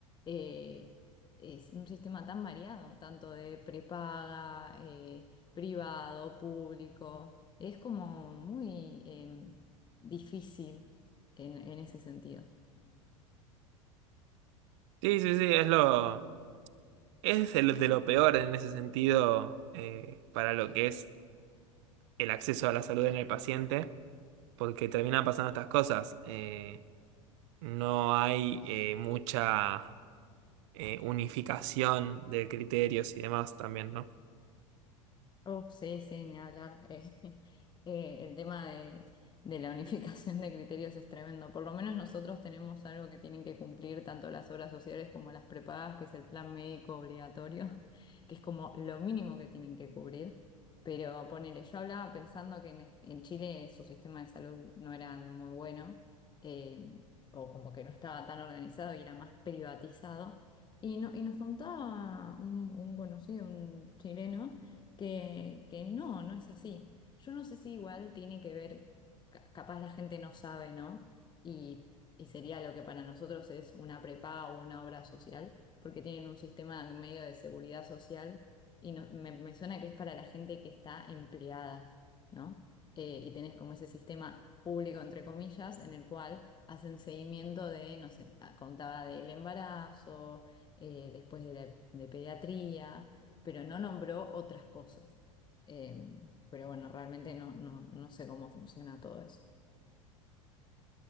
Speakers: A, on the left; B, on the right.
A: eh, Es un sistema tan variado, tanto de prepaga, eh, privado, público. Es como muy em, difícil en en ese sentido.
B: Sí, sí, sí, es lo, es el de lo peor en ese sentido eh, para lo que es el acceso a la salud en el paciente, porque terminan pasando estas cosas. Eh, no hay eh, mucha eh, unificación de criterios y demás también, ¿no?
A: Uf, sí, sí, ni hablar. Eh, <laughs> eh, el tema de, de la unificación de criterios es tremendo. Por lo menos nosotros tenemos algo que tienen que cumplir tanto las obras sociales como las prepagas, que es el plan médico obligatorio, <laughs> que es como lo mínimo que tienen que cubrir. Pero ponele, yo hablaba pensando que en, est- en Chile su sistema de salud no era muy bueno, eh, o como que no estaba tan organizado y era más privatizado. Y, no, y nos contaba un un conocido, un chileno que, que no, no es así. Yo no sé si igual tiene que ver, ca- capaz la gente no sabe, ¿no? Y, y sería lo que para nosotros es una prepa o una obra social, porque tienen un sistema medio de seguridad social y no- me, me suena que es para la gente que está empleada, ¿no? Eh, y tenés como ese sistema público, entre comillas, en el cual hacen seguimiento de, no sé, ah, contaba del embarazo, eh, después de la- de pediatría pero no nombró otras cosas. Eh, pero bueno, realmente no, no, no sé cómo funciona todo eso.